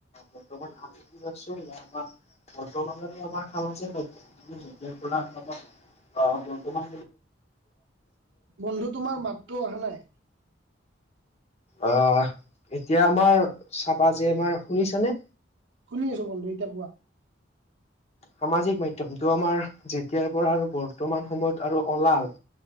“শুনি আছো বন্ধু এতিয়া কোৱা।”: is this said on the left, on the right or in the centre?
Right